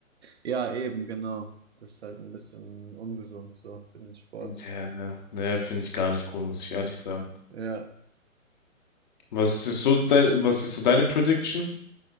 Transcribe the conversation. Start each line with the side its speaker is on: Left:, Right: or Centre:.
Right: Ja, eben, genau. Das ist halt ein bisschen ungesund so für den Sport.
Left: Ja, ne, ne, finde ich gar nicht cool, muss ich ehrlich sagen.
Right: Ja.
Left: Was ist so dein, was ist so deine Prediction?